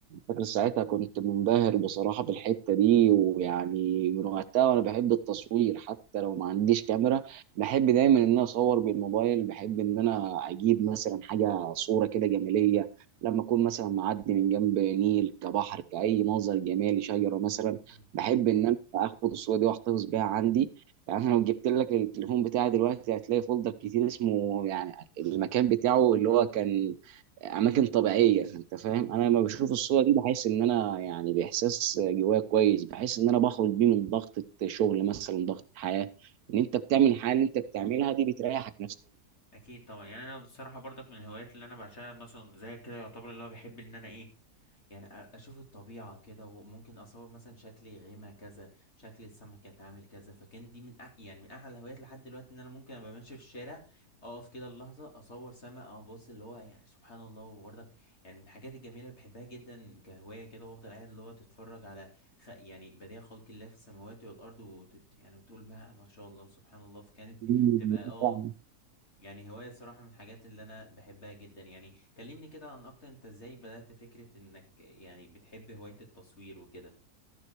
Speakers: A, on the right (about 75°); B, on the left (about 45°).
A: فاكر ساعتها كنت منبهر بصراحة بالحتة دي ويعني من وقتها وأنا بحب التصوير حتى لو ما عنديش كاميرا بحب دايما إن أنا أصور بالموبايل بحب إن أنا أجيب مثلا حاجة صورة كده جمالية لما أكون مثلا معدي من جنب نيل كبحر كأي منظر جمالي شجرة مثلا
B: مم.
A: بحب إن أنا آخد الصورة دي وأحتفظ بيها عندي يعني أنا لو جبت لك التليفون بتاعي دلوقتي هتلاقي فولدر كتير اسمه يعني المكان بتاعه اللي هو كان اماكن طبيعيه انت فاهم
B: مم.
A: انا لما بشوف الصوره دي بحس ان انا يعني باحساس جوايا كويس بحس ان انا بخرج بيه من ضغط شغل مثلا ضغط حياه ان انت بتعمل حاجه اللي انت بتعملها دي بتريحك
B: اكيد طبعا يعني انا بصراحه برضك من الهوايات اللي انا بعشقها مثلا زي كده يعتبر اللي هو بحب ان انا ايه يعني أ- اشوف الطبيعة كده وممكن اصور مثلا شكل غيمة كذا شكل السمك اتعامل كذا فكان دي من أح يعني من احلى الهوايات لحد دلوقتي ان انا ممكن ابقى ماشي في الشارع اقف كده اللحظة اصور سمك او ابص اللي هو يعني سبحان الله وبرضه يعني من الحاجات الجميلة اللي بحبها جدا كهواية كده وافضل قاعد اللي هو تتفرج على خ... يعني بديع خلق الله في السماوات والارض وت... يعني وتقول ما ما شاء الله سبحان الله فكانت
A: نفسيا
B: تبقى اه يعني هواية الصراحة من الحاجات اللي أنا بحبها جدا يعني كلمني كده عن أكتر أنت إزاي بدأت فكرة إنك يعني بتحب هواية التصوير وكده